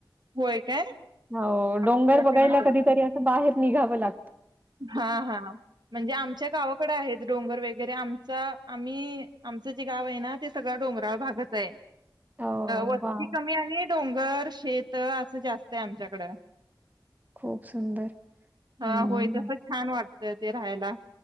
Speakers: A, on the right (about 60°); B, on the right (about 20°).
A: होय काय
B: हो
A: आमच्याकडे
B: डोंगर बघायला
A: आहेत.
B: तेत बाहेर निघावं ला
A: हा, हा म्हणजे आमच्या गावाकडे आहेत डोंगर वगैरे, आमचा आम्ही आमचं जे गाव आहे ना ते सगळा डोंगराळ भागच आहे,
B: हो,
A: वस्ती
B: वॉव!
A: कमी आहे डोंगर शेतं असं जास्त आहे आमच्याकडं.
B: खूप सुंदर,
A: हा
B: हम्म
A: होय
B: मं
A: तसं छान वाटतं इथे राहायला.